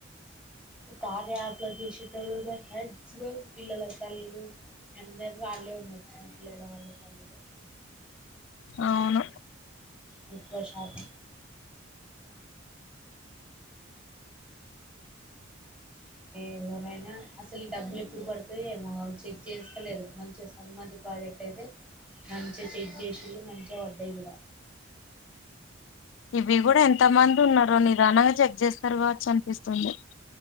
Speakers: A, in the centre; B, on the left.
A: ఈ కార్య యాప్ ల తీసేటోళ్ళు గా మాక్సిమమ్ పిల్లల తల్లులు అందరు వాళ్లే ఉన్నారు చిన్న పిల్లల వాళ్ళ తల్లులే
B: అవును
A: వి ప్రశాంతి ఎవరైనా అసలు డబ్బులు ఎప్పుడు పడుతాయో ఏమో కావచ్చు చెక్ చేసులేరు గా మంచిగా సమ్మతి ప్రాజెక్ట్ అయితే మంచిగా చెక్ చేసిళ్ళు మంచిగా వడ్డాయి కూడా
B: ఇవి కూడా ఎంత మంది ఉన్నారో నిదానంగా చెక్ చేస్తారు కావచ్చు అనిపిస్తుంది